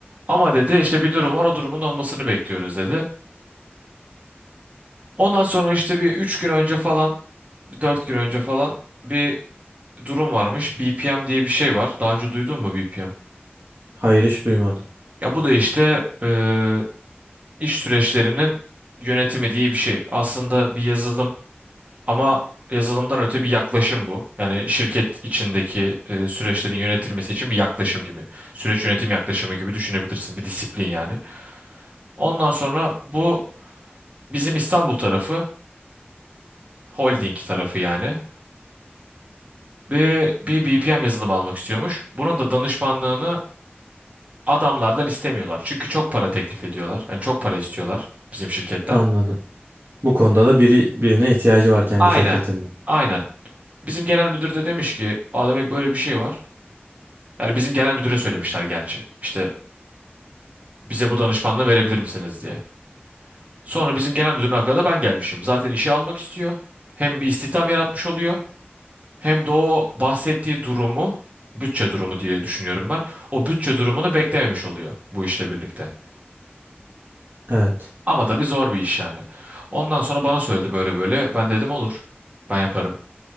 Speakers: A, on the right (about 35°); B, on the right (about 60°).
A: Ama dedi işte bir durum var o durumun olmasını bekliyoruz dedi. Ondan sonra işte bir 3 gün önce falan, 4 gün önce falan bir durum varmış. BPM diye bir şey var. Daha önce duydun mu BPM?
B: Hayır hiç duymadım.
A: Ya bu da işte e, iş süreçlerinin yönetimi diye bir şey. Aslında bir yazılım Ama yazılımdan öte bir yaklaşım bu. Yani şirket içindeki e, süreçlerin yönetilmesi için bir yaklaşım gibi. Süreç yönetim yaklaşımı gibi düşünebilirsin. Bir disiplin yani. Ondan sonra bu bizim İstanbul tarafı, holding tarafı yani. Bir, bir BPM yazılımı almak istiyormuş. Bunun da danışmanlığını adamlardan istemiyorlar. Çünkü çok para teklif ediyorlar. Yani çok para istiyorlar bizim şirketten.
B: Anladım. Bu konuda da biri birine ihtiyacı var kendi
A: Aynen.
B: şirketinde.
A: Aynen. Bizim genel müdür de demiş ki, Aa demek böyle bir şey var. Yani bizim genel müdüre söylemişler gerçi. İşte bize bu danışmanlığı verebilir misiniz diye. Sonra bizim genel müdürün aklına da ben gelmişim. Zaten işe almak istiyor. Hem bir istihdam yaratmış oluyor. Hem de o bahsettiği durumu, bütçe durumu diye düşünüyorum ben. O bütçe durumunu beklememiş oluyor bu işle birlikte.
B: Evet.
A: Ama tabii zor bir iş yani. Ondan sonra bana söyledi böyle böyle. Ben dedim olur. Ben yaparım.